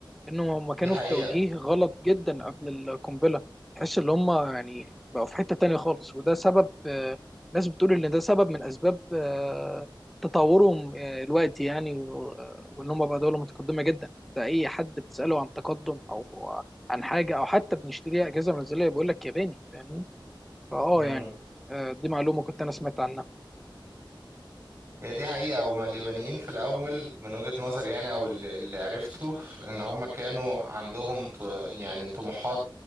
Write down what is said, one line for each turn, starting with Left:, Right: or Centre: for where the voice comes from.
Centre: انهم هم كانوا
Right: دي حقيقة
Centre: في توجيه غلط جدا قبل القنبله تحس ان هم يعني بقوا في حته تانية خالص وده سبب آه، ناس بتقول ان ده سبب من اسباب آه، تطورهم آه، الوقت يعني و- آه، وان هم بقى دوله متقدمه جدا انت اي حد بتساله عن تقدم او عن حاجه او حتى بنشتريها اجهزه منزليه بيقول لك ياباني فاهمني فاه
Right: مم.
Centre: يعني آه، دي معلومه كنت انا سمعت عنها
Right: هي دي حقيقة هما اليابانيين في الأول من وجهة نظري يعني أو اللي اللي عرفته إن هما كانوا عندهم ط... يعني طموحات